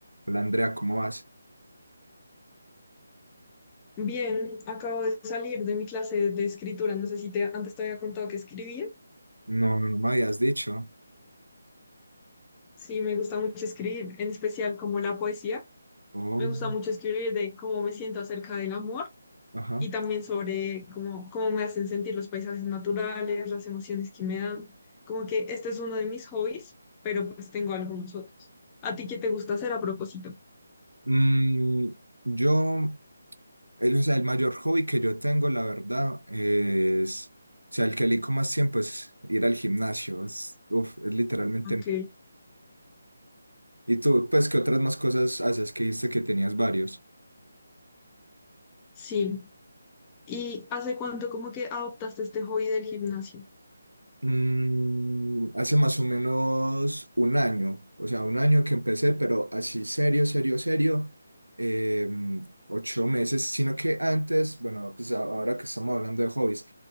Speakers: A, on the right; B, on the left.
A: Hola Andrea, ¿cómo vas?
B: Bien, acabo de salir de mi clase de escritura. No sé si te, antes te había contado que escribía.
A: No, no me habías dicho.
B: Sí, me gusta mucho escribir, en especial como la poesía.
A: Oh,
B: Me gusta mucho escribir de cómo me siento acerca del amor
A: ajá.
B: y también sobre cómo, cómo me hacen sentir los paisajes naturales, las emociones que me dan. Como que este es uno de mis hobbies, pero pues tengo algunos otros. ¿A ti qué te gusta hacer a propósito?
A: Mm, yo, el, o sea, el mayor hobby que yo tengo, la verdad, es, o sea, el que elijo más tiempo es ir al gimnasio. Es, uf, es literalmente
B: Ok,
A: mi vida. ¿Y tú, pues, qué otras más cosas haces? Que dijiste que tenías varios.
B: sí. ¿Y hace cuánto como que adoptaste este hobby del gimnasio?
A: Mm, hace más o menos un año, o sea, un año que empecé, pero así serio, serio, serio, em, ocho meses, sino que antes, bueno, pues ahora que estamos hablando de hobbies,